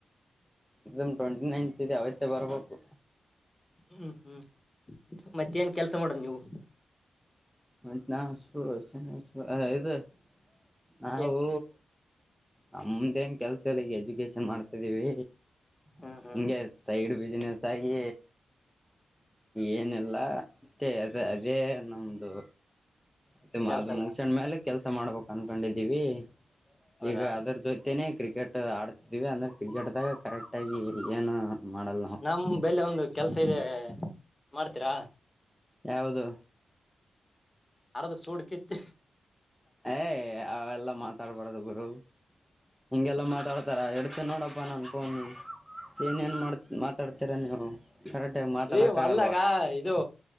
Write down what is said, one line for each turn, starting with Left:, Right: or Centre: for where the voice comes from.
Centre: ಮ್ ಟ್ವೆಂಟಿ ನೈನ್ತ್ ಇದೆ ಅವತ್ತೇ ಬರ್ಬೇಕು
Left: ಹ್ಮ್ ಹ್ಮ್ ಮತ್ತ ಏನ್ ಕೆಲ್ಸ ಮಾಡೋದು ನೀವು
Centre: ಮತ್ತ ನಾ <unintelligible> ನಾವು
Left: ಏನ್
Centre: ನಮ್ದೇನ್ ಕೆಲ್ಸ ಇಲ್ಲ ಎಜುಕೇಶನ್ ಮಾಡ್ತಿದ್ದೀವಿ
Left: ಹ್ಮ್ ಹ್ಮ್
Centre: ಹೀಗೆ ಸೈಡ್ ಬಿಸಿನಸ್ ತಾಗಿ ಏನಿಲ್ಲಾ ತೆ ಅ ಅದೇ ನಮ್ದು. ಮತ್ತ ಮಾ
Left: ಕೆಲ್ಸನ
Centre: ಮುಚಣ ಮೇಲೆ ಕೆಲ್ಸ ಮಾಡ್ಬೇಕ್ ಅನ್ಕೊಂಡಿದ್ದೀವಿ.
Left: ಹೌದಾ
Centre: ಈಗ ಅದ್ರ ಜೊತೆನೇ ಕ್ರಿಕೆಟ್ ಆಡ್ತಿದೀವಿ ಅಂದ್ರೆ ಕ್ರಿಕೆಟ್ದಾಗ ಕರೆಕ್ಟ್ ಆಗಿ ಏನು ಮಾಡ್ ಲ್ಲ ನಾವ್
Left: ನಮ್ ಬೆಲೆ ಒಂದು ಕೆಲ್ಸ ಇದೆ ಮಾಡ್ತೀರಾ?
Centre: ಯಾವುದು
Left: ಅರದ ಸೂಡ್ ಕಿತ್ತು
Centre: ಏ ಅವೆಲ್ಲ ಮಾತಾಡ್ಬಾರ್ದ ಗುರು ಹಿಂಗೆಲ್ಲ ಮಾತಾಡ್ತಾರ ಇಡ್ತಿ ನೋಡಪ್ಪಾ ನಾನ್ ಫೋನು. ಏನೇ ಏನ್ ಮಾಡ್ ಮಾತಾಡ್ತೀರಾ ನೀವು? ಕರೆಕ್ಟಾಗಿ ಮಾತಾಡಕ್
Left: ಇ ಹೊಲ್ಲಗ
Centre: ಆಗಲ್ವಾ
Left: ಇದು